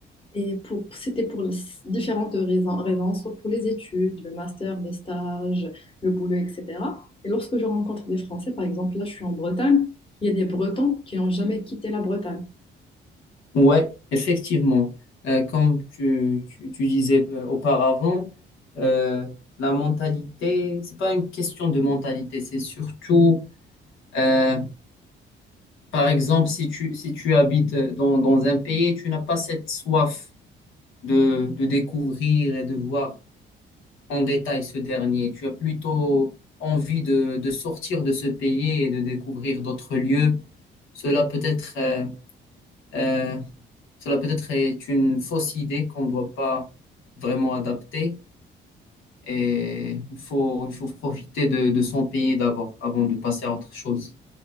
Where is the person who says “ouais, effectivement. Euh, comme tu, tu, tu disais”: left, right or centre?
Left